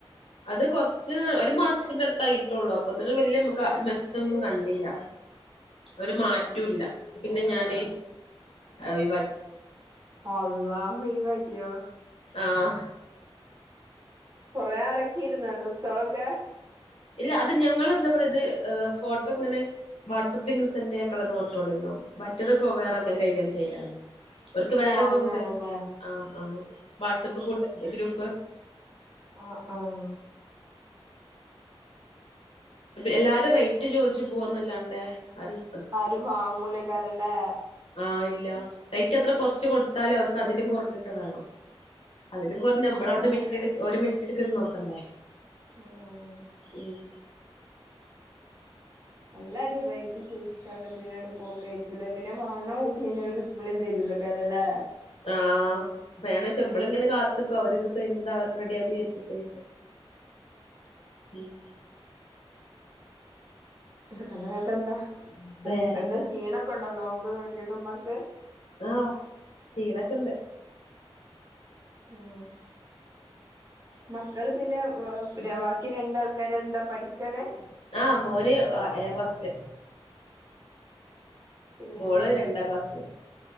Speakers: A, on the left (about 85°); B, on the right (about 40°).
A: അത് കൊറച്ച് ഒരു മാസത്തിന്റെ അടുത്തായിട്ടള്ളൂ അപ്പൊതന്ന് വല്യയ മ്മക്ക മെച്ചൊന്നും കണ്ടില്ല ഒരു മാറ്റല്ല പിന്നെ ഞാന് ഈ
B: അല്ലഹുഒഴിവാക്കിയോ
A: ആഹ്
B: കൊറെ ഇറക്കിയിരുന്ന ഡ്രസ്സോളൊക്കെ
A: ഇല്ല അത് ഞങ്ങൾ എന്താ പറയത് ഫോട്ടോ ഇങ്ങനെ വാട്സആപ്പിൽ ഇങ്ങനെ സെന്റ് ചെയ്യാക്കുള്ളത്ത്രേള്ളർന്നു മറ്റതൊക്കെ വേറെ ആൾക്കാര് കൈകാര്യം ചെയ്യലാണ് ഓർക്ക്
B: ഓ
A: വേറെതും
B: അങ്ങനെല്ലേ
A: ഉണ്ട് ആഹ് ആഹ് വാട്സആപ്പ് കൂട്ട ഗ്രൂപ്പ്
B: ആഹ് ആഹ്
A: എല്ലാരും റേറ്റ് ചോയ്ച്ച് പോവന്നല്ലാണ്ടേ ആരും സ്
B: ആരും വാങ്ങൂലേ കാരല്ലേ
A: ആഹ് ഇല്ല റേറ്റ് എത്ര കുറച്ച് കൊടുത്താലും അവർക്ക് അതിലും കുറഞ്ഞിട്ട് വേണം അതിലും കൊറഞ് നമ്മള
B: ആഹ്
A: അവിടുന്ന് മെറ്റിെടു ഒരു മെറ്റിട്ടെടുക്കന്ന് നോക്കണ്ടേ
B: ആഹ്
A: ഉം
B: എല്ലാരും റേറ്റ് ചോയ്ച്ച്ക്കാണ്ട് പിന്നട്ട് പോക്കായിരിക്കും പിന്നെ വാണോയ്ച്ചയിഞ്ഞ ഒരു റിപ്ലൈ തരൂലേകാരം ല്ലേ
A: ആഹ് വേണോച്ചമ്മള് ങ്ങനെ കാത്ക്കും അവരിത് പേയ്മെന്റ് റെഡിയാക്കി വിജാരിച്ച് <inaudible>
B: കണ കട്ട എന്താ
A: വേറെന്താ
B: ഉം എന്താ ക്ഷീണൊക്കെ ഉണ്ടോ നോമ്പോ നോറ്റിട്ട് ഉമ്മക്ക്
A: ആഹ് ക്ഷീണൊക്കെണ്ട്
B: ഉം മക്കള് പിന്നെ ബാക്കി രണ്ടാൾക്കാര് എന്താ പഠിക്കാണ്
A: ആഹ് മോന് ഏഴാം ക്ലാസ്സില്
B: പിന്നെ
A: മോള് രണ്ടാം ക്ലാസ്സില്